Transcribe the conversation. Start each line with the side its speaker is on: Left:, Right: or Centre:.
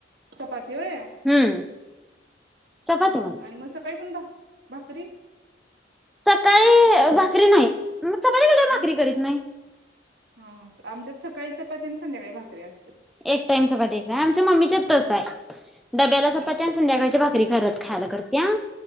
Right: चपाती होय?
Centre: हम्म
Right: हम्म
Centre: चपाती म्हणत
Right: आणि मग सकाळी पण <unintelligible> भाकरी?
Centre: सकाळी- भाकरी नाही. म चपाती केल्यावर
Right: हम्म
Centre: भाकरी करत नाही.
Right: हा. ह. आमच्यात सकाळी चपाती आणि संध्याकाळी भाकरीे अस-
Centre: एक टाइम चपाती करा, आमच्या मम्मीच तसं
Right: हा
Centre: आहे डब्याला
Right: हा
Centre: चपाती या संध्याकाळची भाकरी करत खायला करत. त्यां